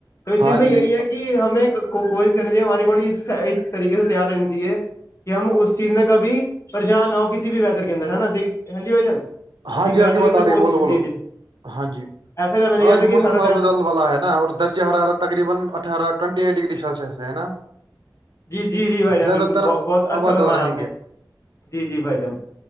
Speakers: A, on the left (about 40°); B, on the right (about 85°).
A: تو اس
B: ہاں
A: چیز میں یہی
B: جی
A: ہے کہ ہمیں کوشش کرنی چاہی ہماری باڈی اس طریقے سے تیار رہنی چاہے کہ ہم اس چیز میں کبھی پریشان نہ ہو کسی بھی ویدر کے اندر ہے نا ہاں جی بھائی جان
B: ہاں
A: کہ
B: جی
A: ویدر
B: آ گی
A: کے
B: بات
A: اندر
B: آ رہی
A: کوچ
B: ہے بولو بولو
A: جی جی
B: ہاں جی
A: ایسا کرنا چاہیے
B: آج
A: ہمیں کہ
B: موسم
A: ہر ویدر
B: آلبدل والا ہے نا اور درج حرارا تقریبا اٹھارہ ٹئنٹی ایٹ ڈگری سلشس سے ہے نا
A: جی جی جی بھائی جان
B: زیادہ
A: بالکل
B: تر
A: بہت اچھا
B: آبادال
A: فرمایا
B: رہیں
A: آپ نے
B: گے
A: جی جی بھائی جان